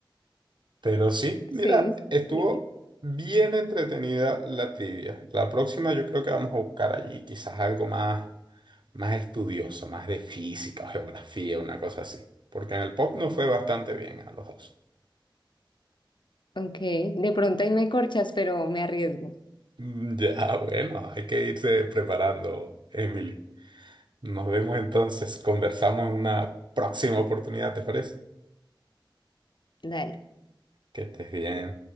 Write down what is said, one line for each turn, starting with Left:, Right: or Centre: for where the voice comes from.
Right: Pero sí, mira,
Left: Sí,
Right: estuvo
Left: sí.
Right: bien entretenida la trivia. La próxima yo creo que vamos a buscar allí quizás algo más, más estudioso, más de física o geografía, una cosa así. Porque en el pop nos fue bastante bien a los dos.
Left: Ok, de pronto ahí me corchas, pero me arriesgo.
Right: Mm, Ya, ah, bueno, hay que irse preparando, Emily. Nos vemos entonces, conversamos en una próxima oportunidad, ¿te parece?
Left: Dale.
Right: Que estés bien.